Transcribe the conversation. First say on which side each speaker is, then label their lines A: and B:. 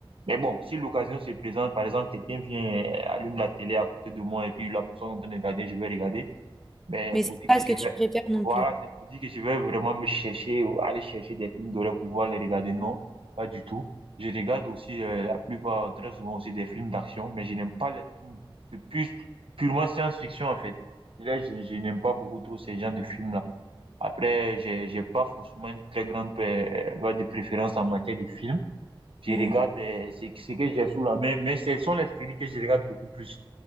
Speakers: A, on the right; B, in the centre.
A: Mais bon, si l'occasion se présente, par exemple, quelqu'un vient, euh, allume la télé à côté de moi et puis la personne est en train de regarder, je vais regarder. Ben,
B: Mais c'est
A: vous dire
B: pas
A: que je
B: ce que tu
A: vais,
B: préfères non
A: voilà,
B: plus.
A: c'est pour dire que je vais vraiment me chercher, ou aller chercher des films d'horreur pour pouvoir les regarder. Non, pas du tout. Je regarde aussi, euh, la plupart, très souvent aussi des films d'action, mais je n'aime pas les films de plus, purement science-fiction, en fait. Là, je, je n'aime pas beaucoup trop ces genres de films-là. Après, j'ai, j'ai pas forcément une très grande, euh, voie de préférence en matière de films. Je
B: Mm,
A: regarde euh, ce ce que j'ai sous la main, mais ce sont les séries que je regarde beaucoup plus.